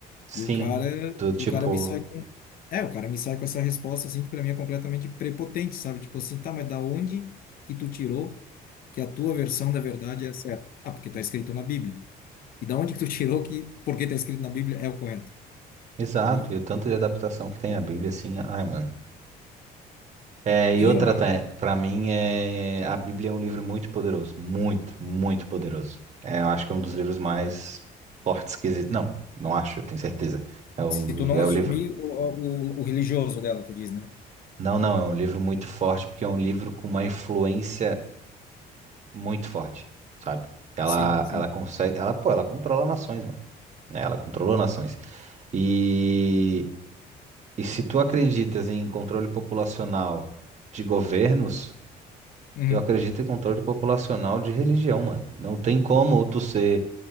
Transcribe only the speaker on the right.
Sim,
do tipo,
exato,
e o tanto de adaptação que tem a Bíblia, assim, ai, mano. É, e
outra,
para mim, é, a Bíblia é um livro muito poderoso. Muito, muito poderoso. É, eu acho que é um dos livros mais fortes que existe. Não, não acho, eu tenho certeza. É o,
é
o livro.
Não, não, é um livro muito forte, porque é um livro com uma influência muito forte, sabe? Ela,
ela consegue. Ela, pô, ela controla nações, mano. né? Ela controlou nações. E, e se tu acreditas em controle populacional de governos.
Eu acredito em controle populacional de religião, mano. Não tem como tu ser